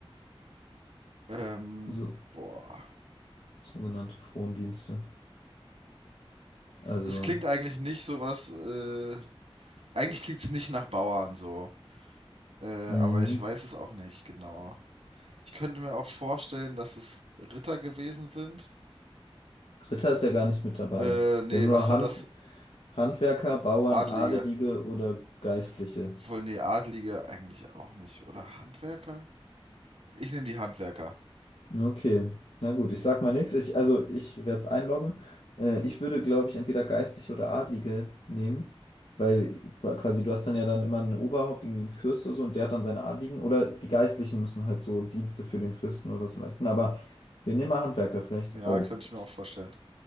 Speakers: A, on the right (about 80°); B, on the left (about 75°).
A: Ähm,
B: So,
A: boah.
B: sogenannte Frondienste. Also,
A: Das klingt eigentlich nicht so was, äh, eigentlich klingt's nicht nach Bauern so. Äh,
B: mhm.
A: aber ich weiß es auch nicht genau. Ich könnte mir auch vorstellen, dass es Ritter gewesen sind.
B: Ritter ist ja gar nicht mit dabei.
A: Äh, nee,
B: Wir haben nur
A: was
B: Hand,
A: war das?
B: Handwerker, Bauern,
A: Adlige.
B: Adelige oder Geistliche.
A: Wohl, nee, Adlige eigentlich auch nicht. Oder Handwerker? Ich nehme die Handwerker.
B: Okay, na gut, ich sag mal nichts. Ich, also ich werde es einloggen. Äh, ich würde, glaube ich, entweder geistliche oder Adlige nehmen, weil qua- quasi du hast dann ja dann immer ein Oberhaupt, irgendwie einen Fürst oder so, und der hat dann seine Adligen. Oder die Geistlichen müssen halt so Dienste für den Fürsten oder so leisten. Aber wir nehmen mal Handwerker vielleicht.
A: Ja,
B: Oh,
A: könnte ich mir
B: es,
A: auch vorstellen.